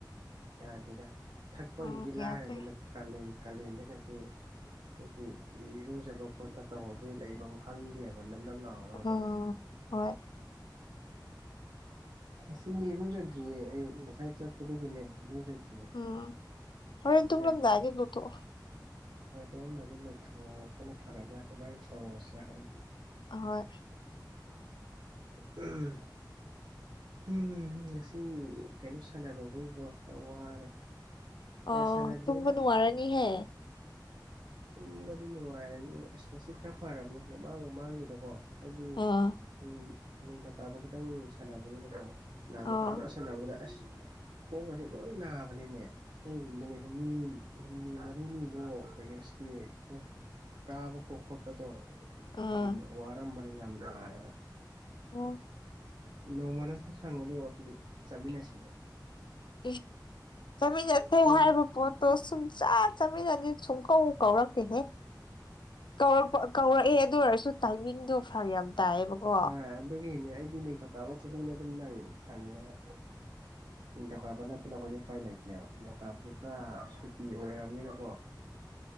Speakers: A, on the right; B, on the left.
A: ꯌꯥꯗꯦꯗ ꯊꯛꯄꯒꯤꯗꯤ
B: ꯎꯝ
A: ꯂꯥꯏꯔꯦꯗꯅ
B: ꯌꯥꯗꯦ
A: ꯀꯥꯂꯦꯟ ꯀꯥꯂꯦꯟꯗꯒꯁꯦ ꯑꯩꯈꯣꯏꯒꯤ ꯏꯔꯨꯖꯕ ꯈꯣꯠꯄ ꯇꯧꯍꯧꯗꯔ꯭ꯗꯤ ꯂꯩꯐꯝ ꯈꯪꯗꯦꯕ ꯅꯞ ꯅꯞ ꯂꯥꯎꯔꯒꯀꯣ
B: ꯑꯣ ꯍꯣꯏ
A: ꯉꯥꯁꯤꯒꯤ ꯏꯔꯨꯖꯗ꯭ꯔꯤꯌꯦ ꯑꯩ ꯉꯁꯥꯏ ꯆꯠꯄꯗꯒꯤꯅꯦ ꯏꯔꯨꯖꯗ꯭ꯔꯤꯌꯦ
B: ꯎꯝ
A: <unintelligible>
B: ꯍꯣꯔꯦꯟ ꯇꯨꯝꯂꯝꯗꯥꯏꯗ ꯂꯧꯊꯣꯛꯑꯣ
A: ꯍꯣꯏ ꯇꯨꯝꯃꯝꯗꯥꯏꯗ ꯂꯨꯊꯣꯛ ꯄꯅ ꯐꯒꯗ꯭ꯔꯥ ꯑꯗꯨꯃꯥꯏꯅ ꯇꯧꯔꯁꯤꯔꯥ ꯈꯪꯗꯦ
B: ꯑꯥꯍꯣꯏ
A: ꯎꯝ ꯎ ꯉꯁꯤ ꯀꯩꯅꯣ ꯁꯥꯟꯅꯔꯨꯕꯒꯤꯀꯣ ꯈꯔ ꯋꯥꯔꯦ ꯀꯌꯥ
B: ꯑ
A: ꯁꯥꯟꯅꯗ꯭ꯔꯦꯗ
B: ꯇꯨꯡꯕ ꯅꯨꯡꯉꯥꯏꯔꯅꯤꯍꯦ
A: ꯇꯨꯝꯕꯗꯤ ꯅꯨꯡꯉꯥꯏꯔꯅꯤ ꯑꯁ ꯉꯁꯤ ꯈꯔ ꯐꯔꯕꯅꯦ ꯃꯃꯥꯡ ꯃꯃꯥꯡꯒꯤꯗꯀꯣ ꯍꯥꯏꯗꯤ
B: ꯑꯥ
A: ꯅꯤꯡ ꯅꯤꯡꯊꯧꯀꯥꯕ ꯈꯤꯇꯪ ꯁꯥꯟꯅꯕꯅꯤꯅꯀꯣ ꯅꯍꯟꯃꯨꯛ
B: ꯑꯥ
A: ꯑꯍꯟꯕ ꯁꯥꯟꯅꯕꯗ ꯑꯁ ꯈꯣꯡꯒꯁꯦ ꯂꯣꯏ ꯅꯥꯕꯅꯤꯅꯦ ꯍꯣꯏ ꯅꯨꯃꯤꯠ ꯍꯨꯝꯅꯤ ꯍꯨꯝꯅꯤ ꯃꯔꯤꯅꯤꯃꯨꯛ ꯀꯩꯅꯣ ꯀꯤ ꯀꯣ ꯀꯥꯕ ꯀꯣ ꯈꯣꯠꯄꯗꯣ
B: ꯑꯥ
A: ꯌꯥꯝ ꯋꯥꯔꯝꯕꯅꯤ ꯌꯥꯝ ꯅꯔꯒ
B: ꯑꯣ
A: ꯅꯣꯡꯃ ꯅꯪꯁꯨ ꯁꯪꯒꯗꯤ ꯋꯥꯛꯀꯤꯡ ꯆꯠꯃꯤꯟꯅꯁꯤꯅꯦ
B: ꯑꯦ ꯆꯠꯃꯤꯟꯅꯁꯦ
A: ꯆꯦꯜ
B: ꯍꯥꯏꯔꯤꯕ ꯄꯣꯠꯇꯣ ꯁꯨꯡꯆꯠ ꯆꯠꯃꯤꯟꯅꯗꯦ ꯁꯨꯡꯀꯧ ꯀꯧꯔꯛꯇꯦꯍꯦ ꯀꯧꯔꯛ ꯀꯧꯔꯛꯑꯦ ꯑꯗꯨ ꯑꯣꯏꯔꯁꯨ ꯇꯥꯏꯃꯤꯡꯗꯣ ꯐꯔꯛ ꯌꯥꯝ ꯇꯥꯏꯌꯦꯕꯀꯣ
A: ꯍꯣꯏ ꯑꯗꯨꯒꯤꯅꯦ ꯑꯩꯗꯤ ꯅꯤꯡꯊꯧꯀꯥꯕ ꯈꯨꯗꯤꯡꯒꯤ ꯑꯗꯨꯝ ꯁꯪ ꯁꯪꯉꯦꯕ ꯅꯤꯡꯊꯧꯀꯥꯕ ꯅꯠꯇꯅ ꯑꯩꯈꯣꯏ ꯎꯄꯥꯏ ꯂꯩꯇꯦꯕ ꯅꯤꯡꯊꯧꯀꯥꯕꯗꯤ ꯄꯨꯔꯥ ꯁꯨꯇꯤ ꯑꯣꯏꯔꯕꯅꯤꯅꯀꯣ